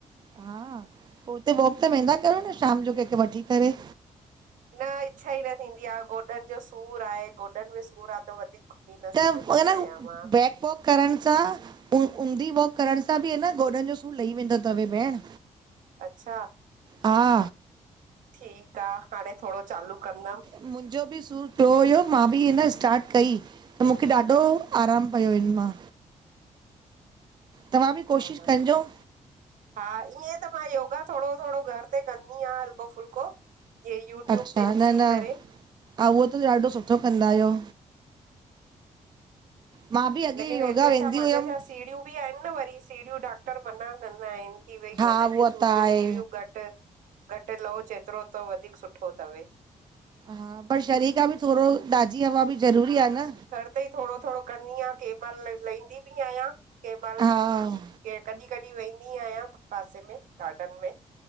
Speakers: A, on the right (about 35°); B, on the right (about 80°).
A: हा, पो हुते वॉक त वेंदा कयो न शाम जो कंहिंखे वठी करे।
B: न इच्छा ई न थींदी आहे, गोॾनि जो सूरु आहे गोॾनि में सूर आहे त वधीक
A: त अ
B: सिगंदी
A: न
B: आयां मां।
A: बैक पॉक करण सां ऊ ऊंधी वॉक करण सां बि आ न गोॾनि जो सूरु लही वेंदो तव भेण।
B: अच्छा।
A: हा,
B: ठीकु आ हाणे थोरो चालू कंदम।
A: मुंजो बि सूर थियो हुयो मां बि इन स्टाट कई। त मूंखे ॾाढो आरामु पियो इन मां। तव्हां बि कोशिशि
B: हा
A: कजो।
B: हा ईअं त मां योगा थोरो थोरो घर ते कंदी आहियां हलको फुल्को। इअं यूट्यूब
A: अच्छा
B: ते
A: न
B: ॾिसी
A: न
B: करे।
A: हा उहो त ॾाढो सुठो कंदा आहियो मां बि अॻे
B: लेकिन
A: योगा
B: हिते
A: वेंदी
B: छा मांजे
A: हुयमि
B: घरु छा सीढ़ियूं बि आहिनि न वरी सीढ़ियूं डॉक्टर मना कंदा आहिनि। थी वई
A: हा
B: गोॾनि
A: उहा
B: जे सूर
A: त
B: में
A: आहे
B: सीड़ियूं घटि, घटि लओ जेतिरो त वधीक सुठो तवे।
A: हा पर शरी खां बि थोरो ताजी हवा बि ज़रूरी आ न।
B: उत ई थोरो थोरो कंदी आहियां केहिं महिल लहंदी बि आहियां केहिं महिल।
A: हा।
B: के कॾहिं कॾहिं वेंदी आहियां पासे में गार्डन में।